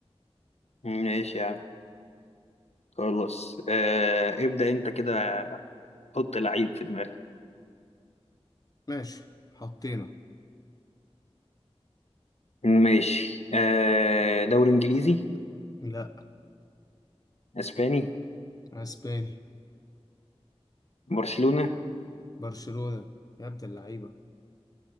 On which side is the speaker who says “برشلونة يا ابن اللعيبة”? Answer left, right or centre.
Left